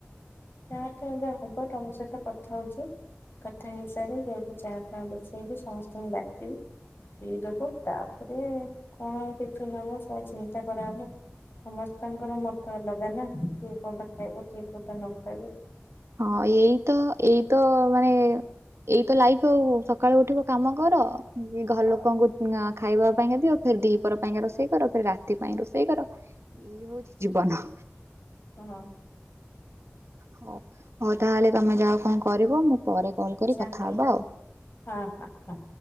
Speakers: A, on the left; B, on the right.
A: ଯାହା ତ ଏବେ ହବ ତମ ସହିତ କଥା ହଉଚି। କଥା ହେଇସାରେ ଯାଇକି ଚା ଫା ବସେଇବି ସମସ୍ତଙ୍କୁ ଡାକିବି। ପିଇଦବୁ, ତାପରେ କଣ ଟିଫିନ୍ ହବ ସେ ଚିନ୍ତା କରାହବ। ସମସ୍ତଙ୍କର ମତ ଅଲଗା ନା, କିଏ କଉଟା ଖାଇବ କିଏ କୋଉଟା ନ ଖାଇବେ।
B: ହଁ, ଏଇ ତ ଏଇ ତ ମାନେ। ଏଇ ତ ଲାଇଫ ଆଉ, ସକାଳୁ ଉଠିବ କାମ କର, ଘର ଲୋକଙ୍କୁ ଖାଇବା ପାଇଁକି ଦିଅ। ଫେରେ ଦି ପର ପାଇଁକା ରୋଷେଇ କର, ଫେରେ ରାତି ପାଇଁ ରୋଷେଇ କର।
A: ହଁ।
B: ଏଇ ହଉଚି ଜୀବନ।
A: ହଁ।
B: ହଉ, ହଉ ତାହେଲେ ତମେ ଯାଅ କଣ କରିବ ମୁଁ। ପରେ କଲ୍
A: ଆଚ୍ଛା
B: କରି କଥା
A: ହଉ,
B: ହବା ଆଉ।
A: ହଁ ହଁ ହଁ।